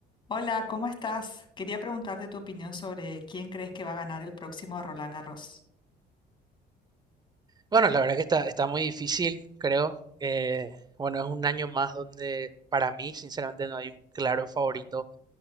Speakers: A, on the left; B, on the right.
A: Hola, ¿cómo estás? Quería preguntarte tu opinión sobre quién crees que va a ganar el próximo Roland Garros.
B: Bueno, la verdad que está, está muy difícil, creo. Eh, bueno, es un año más donde para mí, sinceramente, no hay un claro favorito,